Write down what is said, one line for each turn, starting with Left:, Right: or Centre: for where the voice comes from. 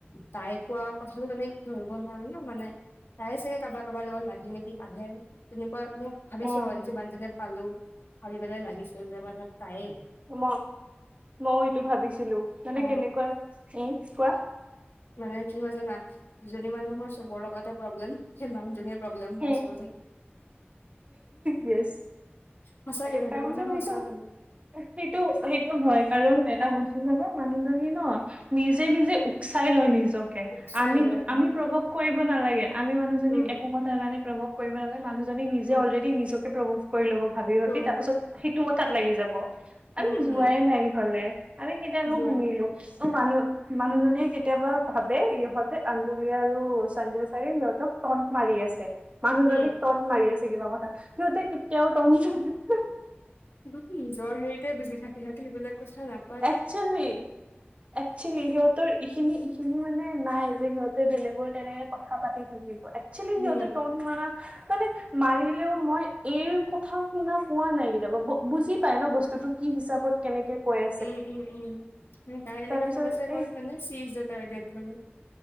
Left: তাইক কোৱা কথাতটো আমি ধৰিব নোৱাৰো ন মানে তাই চাগে কাবাৰ কাবাৰ লগত লাগি মেলি আহে। তেনেকুৱা মই ভাবিছো
Right: উম
Left: যিমান যোনে পালো। ভাবি পেলাই লাগিছিল যেবাৰ মোক তায়েই
Right: ওমন মইও এইটো ভাবিছিলো মানে
Left: অ
Right: কেনেকুৱা উম কোৱা
Left: মানে কি হয় জানা দুজনী মানুহৰ চবৰ লগতে প্ৰব্লেম সেই মানুহজনীয়ে প্ৰব্লেম হয়
Right: উম
Left: আচলতে
Right: য়েছ
Left: সঁচাকে
Right: একাউণ্ট
Left: সেইটো কথা
Right: অফ
Left: সঁচা
Right: এইটো
Left: মানে
Right: সেইটো সেইটো হয় কাৰণ এটা বস্তু জানা মানুহজনী ন নিজে নিজে উকচাই লয় নিজকে
Left: উকচাই
Right: আমি
Left: লয়
Right: আমি
Left: অ
Right: প্ৰৱক কৰিব নালাগে আমি মানুহজনীক
Left: উম
Right: একো কথাৰ কাৰণে প্ৰভোৱ কৰিব নালাগে মানুহজনীক নিজে
Left: উম
Right: অলৰেডি নিজকে প্ৰভোৱ কৰি ল'ব ভাবি
Left: প্ৰভু
Right: ভাবি তাৰ পাছত সেইটো কথাত লাগি যাব আমি
Left: উম
Right: যোৱাই
Left: হম
Right: নাই ইফালে আমি কেতিয়ানো
Left: যোৱা
Right: শুনিলো। মানুহ মানুহজনে কেতিয়াবা ভাবে ইহঁতে আঞ্জলি আৰু সঞ্জয় চাৰে সিহঁতক টণ্ট মাৰি আছে মানুহজনীক
Left: উম
Right: টন্ট মাৰি আছে কিবা কথা, সিহঁতে কেতিয়াও টন্ট জানা
Left: গুটি, নিজৰ হেৰিতোৱে বিজি থাকে সিহঁতি সেইবিলাক কথা না
Right: একচেলি একচেলি সিহঁতৰ- এইখিনি এইখিনি মানে নাই যে সিহঁতে বেলেগৰ তেনেকে কথা পাতি থাকিব। এক্সুৱালি
Left: উম,
Right: সিহঁতি তন না মানে- মাৰিলেও মই এইৰ কথা শুনা পোৱা নাই কেতিয়াবা বুজি পাই ন বস্তুতো কি হিচাপত কেনেকে কয়
Left: উম উম উম তাই এনেকৈ
Right: তাৰপিছত
Left: ভাবে যে অকল
Right: এই
Left: মানে চিজ ইজ দা টাৰ্গেট মানে